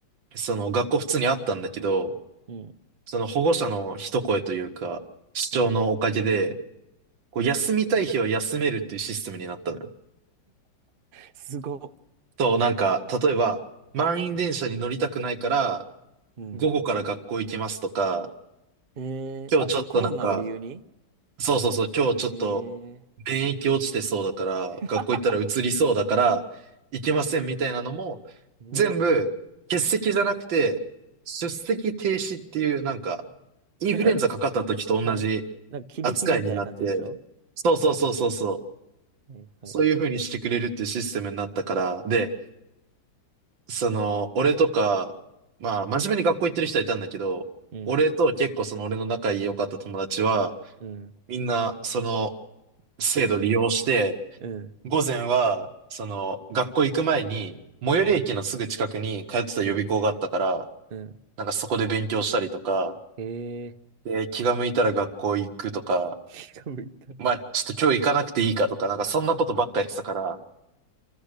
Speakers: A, on the right; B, on the right.
A: その学校普通にあったんだけど、
B: うん、
A: その保護者の一声というか、主張のおかげで、
B: うん。
A: こう休みたい日は休めるっていうシステムになったのよ。
B: すごっ。
A: と、なんか、例えば、満員電車に乗りたくないから、
B: うん。
A: 午後から学校行きますとか、
B: ええあ、
A: 今日ちょっとなんか、
B: それコロナを理由に
A: そうそうそう、今日ちょっと
B: ええ
A: 免疫落ちてそうだから、
B: ー
A: 学校行ったら移りそうだから、行けませんみたいなのも、
B: <laughs> おもろ。
A: 全部欠席じゃなくて、出席停止っていうなんか、インフルエンザかかった時と同じ
B: なんか、はい。なんか、響きみたいな感じでしょ
A: 扱いになって、そうそうそうそうそう、
B: はい、はい。
A: そういう風にしてくれるっていうシステムになったから、で、その、俺とか、まあ、真面目に学校行ってる人はいたんだけど、
B: うん、
A: 俺と結構その俺の仲良かった友達は、
B: うん、
A: みんな、その、制度利用して、
B: うん、
A: 午前は、その、学校行く前に、最寄り駅のすぐ近くに通ってた予備校があったから、
B: うん、うん、うん。
A: なんかそこで勉強したりとか、
B: ええー
A: で、気が向いたら学校行くとか、
B: 気が向いたら、
A: まあ、ちょっと今日行かなくていいかとか、なんかそんなことばっかやってたから、